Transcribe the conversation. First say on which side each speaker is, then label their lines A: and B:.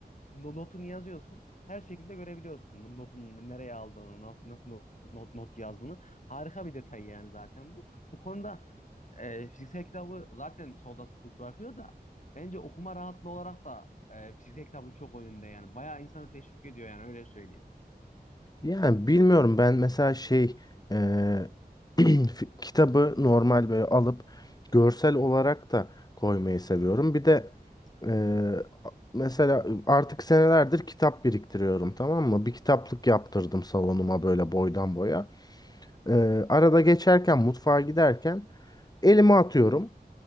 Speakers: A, on the left (about 50°); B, on the left (about 25°).
A: no- notunu yazıyorsun. Her şekilde görebiliyorsun no- notun nereye aldığını, nas- nasıl no- not, not yazdığını. Harika bir detay yani zaten bu. Bu konuda e, fiziksel kitabı zaten solda sıfır bırakıyor da bence okuma rahatlığı olarak da e, fiziksel kitabın çok önünde yani. Bayağı insanı teşvik ediyor yani öyle söyleyeyim.
B: Yani bilmiyorum ben mesela şey e, <clears throat> fi- kitabı normal böyle alıp görsel olarak da koymayı seviyorum. Bir de e, mesela artık senelerdir kitap biriktiriyorum tamam mı? Bir kitaplık yaptırdım salonuma böyle boydan boya. Ee, arada geçerken mutfağa giderken elime atıyorum.